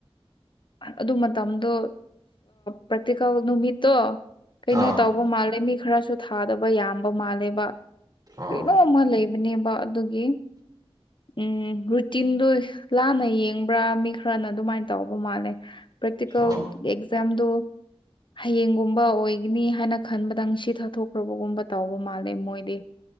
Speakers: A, on the left; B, on the right.
A: ꯑꯗꯨ ꯃꯇꯝꯗꯣ ꯄ꯭ꯔꯥꯛꯇꯤꯀꯜ ꯅꯨꯃꯤꯠꯇꯣ ꯀꯩꯅꯣ
B: ꯑꯥ
A: ꯇꯧꯕ ꯃꯥꯜꯂꯦ ꯃꯤ ꯈꯔꯁꯨ ꯁꯨ ꯊꯥꯗꯕ ꯌꯥꯝꯕ ꯃꯥꯜꯂꯦꯕ ꯀꯔꯤꯅꯣꯝ
B: ꯑꯣ ꯑꯣ
A: ꯑꯃ ꯂꯩꯕꯅꯦꯕ ꯑꯗꯨꯒꯤ ꯎꯝ ꯔꯨꯇꯤꯟꯗꯣ ꯂꯥꯟꯅ ꯌꯦꯡꯕ꯭ꯔꯥ ꯃꯤ ꯈꯔꯅ ꯑꯗꯨꯃꯥꯏꯅ ꯇꯧꯕ ꯃꯥꯜꯂꯦ ꯄ꯭ꯔꯦꯛꯇꯤꯀꯦꯜ
B: ꯑꯣ
A: ꯑꯦꯛꯖꯥꯝꯗꫭ ꯍꯌꯦꯡꯒꯨꯝꯕ ꯑꯣꯏꯒꯅꯤ ꯍꯥꯏꯅ ꯈꯟꯕꯗꯪ ꯁꯤ ꯊꯥꯊꯣꯛꯈ꯭ꯔꯕꯒꯨꯝꯕ ꯇꯧꯕ ꯃꯥꯜꯂꯦ ꯃꯣꯏꯗꯤ